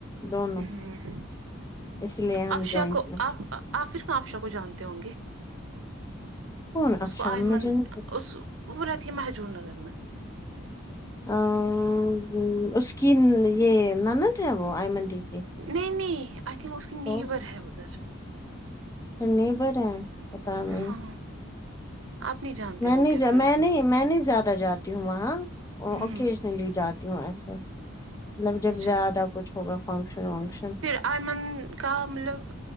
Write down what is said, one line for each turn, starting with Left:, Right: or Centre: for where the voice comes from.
Left: دونوں
Right: ہمم
Left: اس لیے ہم
Right: اف شاہ
Left: جوائنٹ
Right: کو
Left: میں
Right: آپ آپر ن آفشاہ کو جانتے ہوں گے
Left: کون افشان
Right: اس کو آئے
Left: مجھے
Right: من
Left: نہیں
Right: اس وہ رہتی مہجور نگر میں
Left: امم اس کی یہ نند ہے وہ آئ منندی کی
Right: نہیں نہیں آئی تھنک اس کی
Left: تو
Right: نیبر ہے ادھر
Left: نیبر ہے پتا میں
Right: ہاں آپ نہیں جانتے
Left: میں نہیں
Right: ہوں گے
Left: جا
Right: پھر
Left: میں
Right: ہوں
Left: نہیں میں نہیں زیادہ جاتی ہوں وہاں اوکیجنلی
Right: ہوں
Left: جاتی ہوں ایسے مگ جب
Right: اچھا
Left: زیادہ کچھ ہوگا فنگشن ونگشن
Right: ایئمن کا ملب